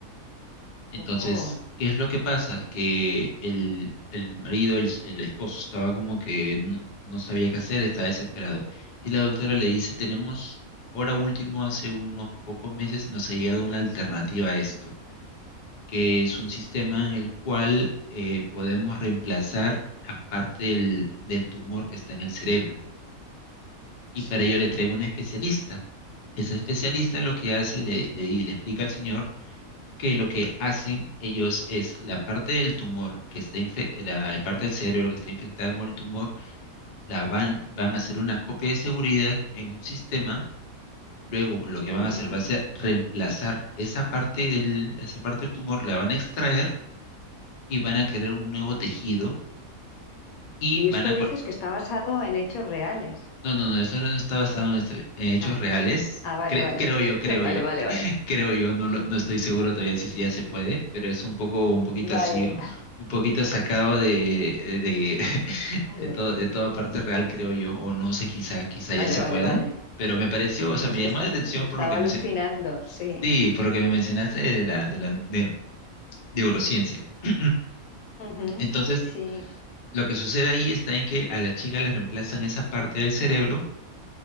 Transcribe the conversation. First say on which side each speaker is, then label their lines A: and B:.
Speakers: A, on the left; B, on the left.
A: Entonces,
B: Oh,
A: ¿qué es lo que pasa? Que el, el marido, el, el esposo, estaba como que no, no sabía qué hacer, estaba desesperado. Y la doctora le dice, tenemos, ahora último, hace unos pocos meses nos ha llegado una alternativa a esto, que es un sistema en el cual eh, podemos reemplazar la parte del, del tumor que está en el cerebro. y
B: sí.
A: para ello le traigo un especialista. Ese especialista lo que hace, le, le, le explica al señor que lo que hacen ellos es la parte del tumor que está infe- la, la parte del cerebro que está infectada con el tumor, la van, van a hacer una copia de seguridad en un sistema. Luego lo que van
B: ah.
A: a hacer va a ser reemplazar esa parte del, esa parte del tumor, la van a extraer y van a querer un nuevo tejido y
B: Y
A: van
B: esto
A: a
B: dices que está basado en hechos reales.
A: No, no, no, eso no está basado en, esto- en hechos
B: Ah,
A: reales.
B: Ah, vale,
A: Cre-
B: vale.
A: creo yo,
B: <laughs>
A: creo
B: Vale,
A: yo,
B: vale, vale.
A: <laughs> creo yo, no, lo- no estoy seguro todavía si ya se puede, pero es un poco, un poquito
B: Vale.
A: así, un poquito sacado de, de, <laughs>
B: Vale,
A: de, todo, de toda parte real, creo yo, o no sé, quizá, quizá
B: vale,
A: ya se
B: vale,
A: pueda,
B: vale.
A: pero me pareció, o sea,
B: Es
A: me
B: que
A: llamó
B: está-
A: la atención
B: estaba
A: por lo que mencion-
B: alucinando, sí,
A: sí, por lo que me mencionaste de la, de la, de, de neurociencia. <clears throat>
B: Ujú.
A: Entonces,
B: sí.
A: lo que sucede ahí está en que a la chica le reemplazan esa parte del cerebro